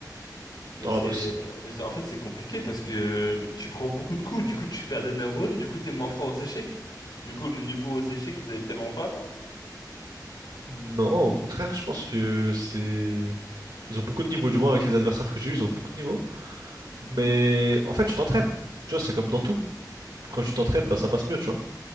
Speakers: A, on the left; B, on the right.
A: Mais
B: dans
A: c'est,
B: la boxe.
A: mais c'est- en fait, c'est compliqué parce que tu prends beaucoup de coups, du coup, tu perds des neurones, du coup, t'es moins fort aux échecs. Du coup, le niveau aux échecs, il doit être tellement bas, non?
B: Non, au contraire, je pense que c'est ils ont beaucoup de niveaux, du moins avec les adversaires que j'ai eu, ils ont beaucoup de niveaux. Mais en fait, tu t'entraînes. Tu vois, c'est comme dans tout. Quand tu t'entraînes, bah ça passe mieux, tu vois.